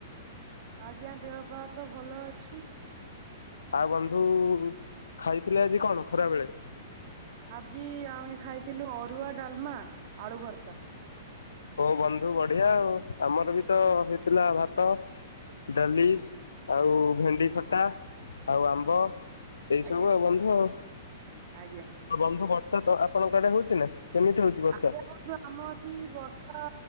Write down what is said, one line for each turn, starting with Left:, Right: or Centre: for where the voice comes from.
Right: ଆଜ୍ଞା ଦେହ ପାହା ତ ଭଲ ଅଛି।
Left: ଆଉ ବନ୍ଧୁ ଖାଇଥିଲେ ଆଜି କଣ ଖରା ବେଳେ?
Right: ଆଜି ଆମେ ଖାଇଥିଲୁ ଅରୁଆ ଡାଲମା ଆଳୁ ଭର୍ତ୍ତା।
Left: ହୋ ବନ୍ଧୁ ବଢିଆ ଆଉ ଆମର ବି ତ ହେଇଥିଲା ଭାତ। ଡାଲି ଆଉ ଭେଣ୍ଡି ଖଟା ଆଉ ଆମ୍ବ। ଏଇ ସବୁ
Right: ଆଜ୍ଞା
Left: ଆଉ ବନ୍ଧୁ ଆଉ
Right: ଆଜ୍ଞା।
Left: ଆଉ ବନ୍ଧୁ ବର୍ଷା ତ ଆପଣଙ୍କ ଆଡେ ହଉଛି ନା କେମିତି ହଉଛି? ବର୍ଷା?
Right: <unintelligible> କିନ୍ତୁ ଆମ ଏଠି ବର୍ଷା